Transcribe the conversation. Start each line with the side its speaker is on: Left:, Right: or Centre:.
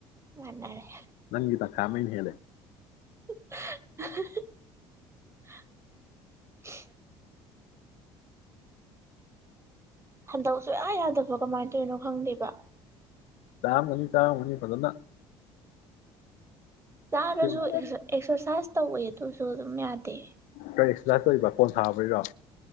Right: ꯃꯥꯅꯔꯦ
Left: ꯅꯪꯤꯗ ꯈꯃꯟ ꯍꯦ
Right: <inaudible> ꯍꯟꯗꯛ ꯁꯌꯥ ꯌꯥꯗꯕꯣ ꯀꯃꯥꯏꯅ ꯇꯧꯔꯤꯅꯣ ꯈꯪꯗꯦꯕ
Left: ꯇꯥ ꯃꯅꯤ ꯇꯥ ꯃꯅꯤ ꯐꯖꯅ
Right: ꯆꯥꯔꯁꯨ
Left: ꯀꯔꯤ
Right: ꯑꯦꯁꯣ ꯆꯠ ꯇꯧꯋꯦ ꯑꯗꯨꯁꯨ ꯑꯗꯨꯝ ꯌꯥꯗꯦ
Left: ꯈꯔ ꯑꯦꯛꯁꯔꯁꯥꯏꯁ ꯇꯧꯔꯤꯕ꯭ꯔꯥ ꯀꯣꯟ ꯊꯥꯕꯔꯤꯔꯣ